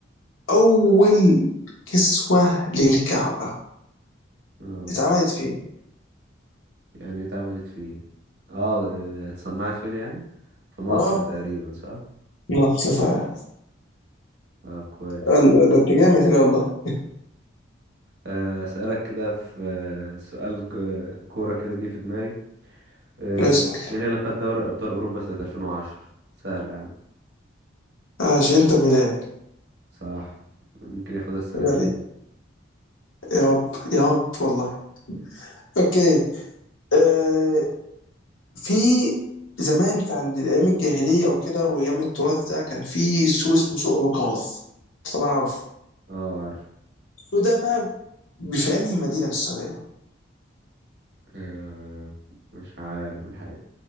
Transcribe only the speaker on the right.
اه
يعني اتعملت فين؟ اه اه، اتصنعت فين يعني؟ في مصر
تقريبا صح؟
طب كويس
آه، اسالك كده في آه، سؤال ك- كوره كده جه في دماغي آه،
مين اللي خد دوري ابطال اوروبا سنه 2010 سهله يا عم
صح ممكن ياخدها السنه
دي تاني
اه عارف
آه، مش عارف الحقيقه